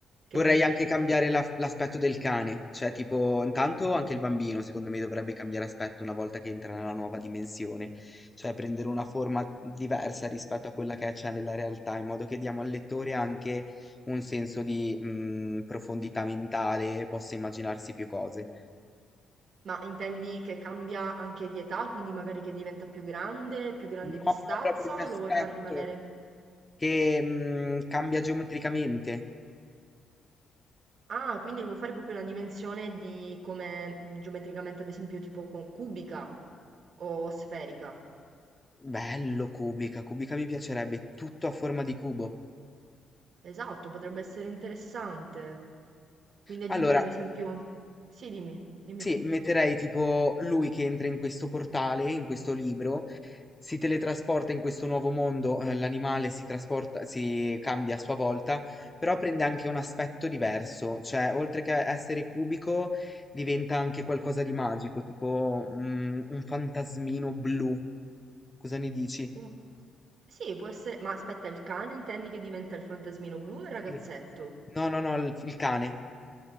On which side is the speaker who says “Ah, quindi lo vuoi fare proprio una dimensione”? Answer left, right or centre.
Right